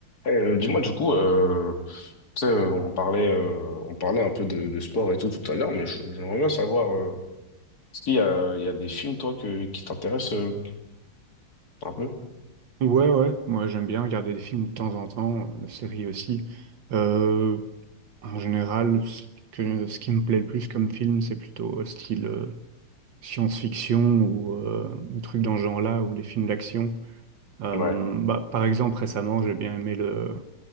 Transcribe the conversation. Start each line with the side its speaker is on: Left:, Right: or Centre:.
Left: Eh, euh, dis-moi du coup, euh, tu sais, euh, on parlait, euh, on parlait un peu de, de sport et tout tout à l'heure, mais je- j'aimerais bien savoir, euh, est-ce qu'il y a, il y a des films toi que, qui t'intéressent euh, un peu?
Right: Ouais, ouais, moi j'aime bien regarder des films de temps en temps, euh, séries aussi. Euh, en général, ce que, ce qui me plaît le plus comme film, c'est plutôt euh, style euh, science-fiction ou euh, des trucs dans ce genre-là, ou des films d'action. Euh,
Left: Ouais.
Right: bah, par exemple, récemment, j'ai bien aimé le,